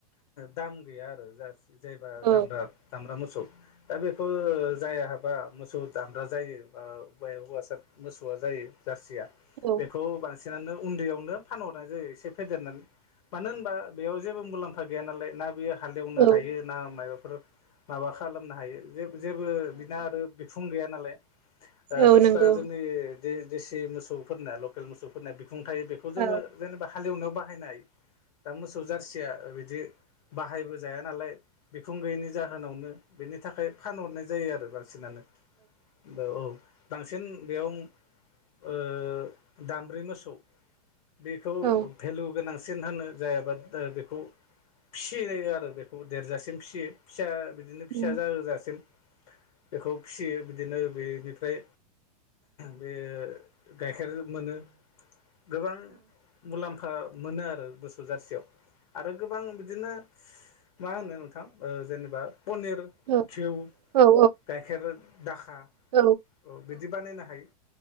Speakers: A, on the left; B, on the right.
A: दाम गैया आरो जास जायबा
B: औ
A: दामब्रा दामब्रा मोसौ दा बेखौ ओ जाया हाबा मोसौ दामब्रा जायो बा बेव हौवासा मोसौआ जायो जारसिया
B: औ
A: बेखौ बांसिनानो उन्दैयावनो फानहरनाय जायो एसे फेदेरनानै मानो होनबा बेयाव जेबो मुलाम्फा गैया नालाय ना बेयो हालेवनो
B: औ
A: हायो ना मायाव फोर माबा खालामनो हायो जेब जेबो बिना आरो बिखुं गैया नालाय ओ
B: औ
A: दस्रा
B: नंगौ
A: जोंनि दे-देसि मोसौफोरना लकेल मोसौफोरना बिख खुंथायो बेखौ जोङो
B: औ
A: जेनेबा हालेवनायाव बाहायनो हायो दा मोसौ जारसिया ओ बिदि बाहाय बोजाया नालाय बिखुं गैयैनि जाहोनावनो बेनि थाखाय फानहरनाय जायो आरो बांसिनानो औ औ बांसिन बेयाव ओ दामब्रि मोसौ बेखौ
B: औ
A: भेलु गोनांसिन होनो जायाबाद दा बेखौ फिसिनाय जायो आरो बेखौ देरजासिम फिसियो फिसा बेख बिदिनो फिसा
B: उम
A: जाहोजासिम बेखौ फिसियो बिदिनो बेनिफ्राय बे गाइखेर मोनो। गोबां मुलाम्फा मोनो आरो बोस जारसियाव आरो गोबां बिदिनो मा होनो नोंथां ओ जेनेबा पनि,
B: औ
A: घिउ,
B: औ
A: गाइखेर दाख खा
B: औ
A: औ बिदि बानायनो हायो।